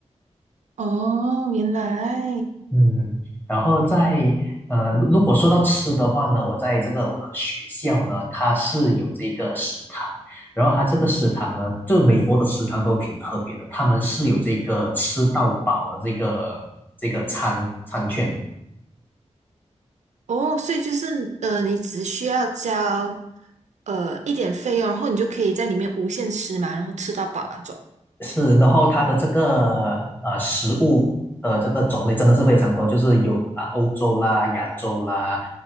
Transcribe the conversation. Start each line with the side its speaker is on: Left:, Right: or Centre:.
Right: 哦，原来
Left: 嗯，然后在呃，如如果说到吃的话呢，我在这个我的学校呢，它是有这个食堂，然后它这个食堂呢，就美国的食堂都挺特别的，他们是有这个吃到饱的这个这个餐餐券。
Right: 哦，所以就是呃，你只需要交呃一点费用，然后你就可以在里面无限吃嘛，然后吃到饱那种。
Left: 是，然后它的这个呃食物的这个种类真的是非常多，就是有啊、欧洲啦、亚洲啦、